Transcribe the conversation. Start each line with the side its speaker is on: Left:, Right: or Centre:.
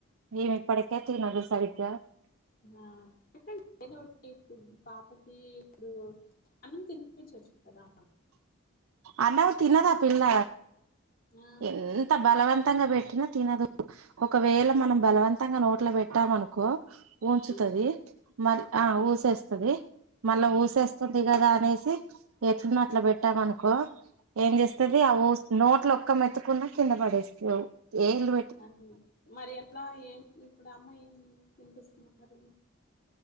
Right: ఏమి ఇప్పటికే తినదు సరిగ్గా
Left: ఆ <unintelligible> ఫుడ్ పాపకి ఇప్పుడు అన్నం తినిపించోచ్చు కదా
Right: అన్నమే తినదు ఆ పిల్ల
Left: ఆ
Right: ఎంత బలవంతంగా పెట్టినా తినదు ఒకవేళ మనం బలవం త్తంగా నోట్ల పెట్టాము అనుకో ఊంచుతుంది
Left: పూస
Right: మరి ఆ ఊసేస్తాది మళ్ళా ఊసేస్తుంది కదా అనేసి ఎ న్న అట్లా పెట్టామనుకో ఏం చేస్తాది
Left: ఆ
Right: అ ఊస్ నోట్ల ఒక్క మెత్తుకున్నా కింద పడేస్తవ్ ఎళ్ళు
Left: అది మరి ఎట్లా ఏం ఇప్పుడు అమ్మాయి ఏం తినిపిస్తున్నారు